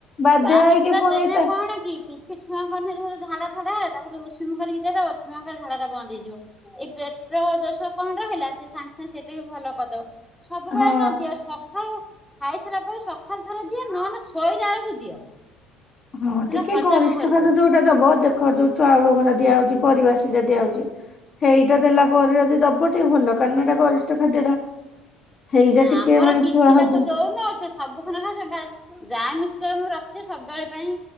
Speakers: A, on the left (about 35°); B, in the centre.
A: ବାଧ୍ୟ
B: ଗ୍ରାମେଶଚର
A: ହେଇକି ପୁଣି
B: ଦେନେ
A: ତା
B: କଣ କି କି ସେ ଛୁଆଙ୍କ ନୁହେଁ ଝାଡ଼ା ଫାଡ଼ା ହେଲା ତାକୁ ଉଷୁମ କରିକି ଦେଇଦବ ଛୁଆଙ୍କ ଝାଡ଼ାଟା ବନ୍ଦ ହେଇଯିବ। ଏ ପେଟ ଦୋଷ କଣ ରହିଲା ସେ ସାଙ୍ଗେ ସାଙ୍ଗେ ସେଇଟା ବି ଭଲ କରିଦବ। ସବୁବେଳେ
A: ହଁ
B: ନ ଦିଅ ସକାଳୁ ଖାଇସାରିଲା ପରେ ସକାଳୁ ଥର ଦିଅ ନନେ ଶୋଇଲା ବେଳକୁ ଦିଅ।
A: ହଁ
B: ସେଟା
A: ଟିକେ
B: ହଜମ
A: ଗରିଷ୍ଠ
B: କରିବ।
A: ଖାଦ୍ୟ ଯୋଉଟା ଦବ ଦେଖ ଯୋଉ ଚାଉଳ ଘୋର ଦିଆହଉଚି ପରିବା ସିଜା ଦିଆହଉଚି। ହେଇଟା ଦେଲା ପରେ ଯଦି ଦବ ଟିକେ ଭଲ କାରଣ ଏଟା ଗରିଷ୍ଠ ଖାଦ୍ୟ ଟା। ହେଇଟା
B: ନା
A: ଟିକେ
B: ଆମର
A: ମାନେ
B: କିଛି
A: ଛୁଆ ହଜମ
B: ତାକୁ ଦଉନୁ ସେ ସବୁ ଖନ ଖାଉ ଗାଈ ମିକ୍ସଚର ମୁଁ ରଖିଚି ସବୁବେଳେ ପାଇଁ